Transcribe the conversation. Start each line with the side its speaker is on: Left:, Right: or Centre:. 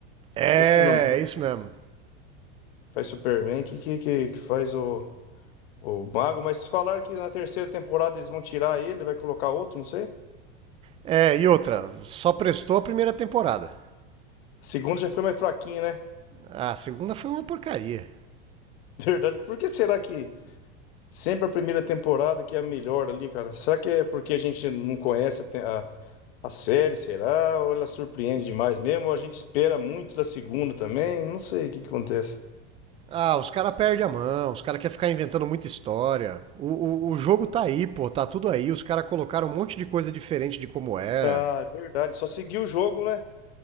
Right: É,
Left: Esqueci o nome. dele.
Right: é isso mesmo.
Left: Faz Superman, que, que, que que faz o. O Bago, mas se falar que na terceira temporada eles vão tirar ele, vai colocar outro, não sei.
Right: É, e outra, só prestou a primeira temporada.
Left: A segunda já foi mais fraquinha, né?
Right: A segunda foi uma porcaria.
Left: <laughs> Verdade. Por que será que sempre a primeira temporada que é a melhor ali, cara? Será que é porque a gente não conhece a, te- a, a série, será? Ou ela surpreende demais mesmo? Ou a gente espera muito da segunda também? Não sei o que que acontece.
Right: Ah, os caras perdem a mão, os caras querem ficar inventando muita história. O, o, o jogo tá aí, pô, tá tudo aí. Os caras colocaram um monte de coisa diferente de como era.
Left: Ah, é verdade. Só seguir o jogo, né?